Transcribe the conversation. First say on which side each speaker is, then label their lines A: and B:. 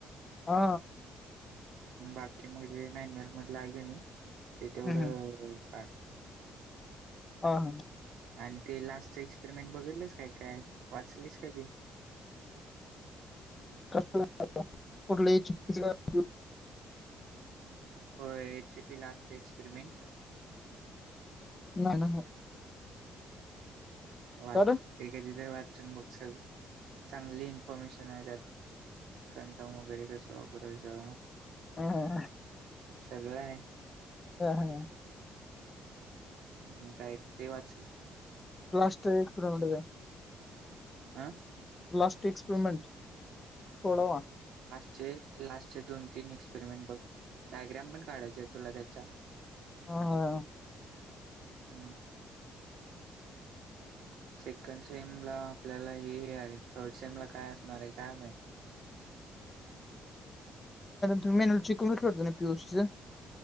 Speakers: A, on the left (about 25°); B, on the right (about 75°).
A: हा
B: बाकी मु मॅन्यल. मध आहे का ते तेवढ
A: हम्म, हम्म.
B: का.
A: ह हा.
B: आणि ते लास्टच एक्सपेरिमेंट बघलेस काय काय वाचलीस कधी. <inaudible>
A: <unintelligible>
B: हो एचपी लाट एक्सपेरिमेंट.
A: नाही ना.
B: वाच
A: कारण
B: एखादी तर वाचून बघ सग चांगली इन्फॉर्मेशन आहे त्यात. कंटाम वगैरे कसं वापरायचं.
A: हम.
B: सगळं आहे.
A: ह हा.
B: हम् काय ते वाचले.
A: ला्स्ट एक्सिडेंट आहे.
B: हह.
A: लास्ट एक्सपरमेंट थोडावा.
B: चे लास्ट चे दोन तीन एक्सपेरिमेंट बघ डायग्राम पण काढायच आहे तुला त्याच्या.
A: ह हा.
B: हम्. <inaudible> सेकंड सेम ला आपल्याला हे आहे थर्ड सेम ला काय असणार आहे काय माह.
A: त मन चिकन कर ना प्यूसशीं.